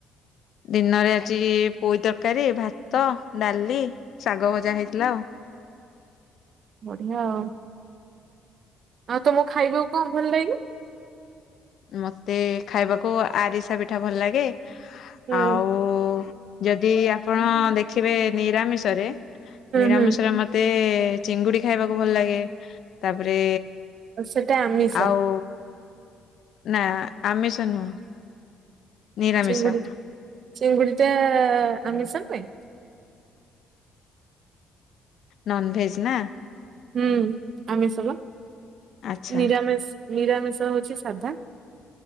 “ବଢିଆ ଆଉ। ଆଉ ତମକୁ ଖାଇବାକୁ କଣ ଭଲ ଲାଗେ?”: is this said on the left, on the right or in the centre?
Right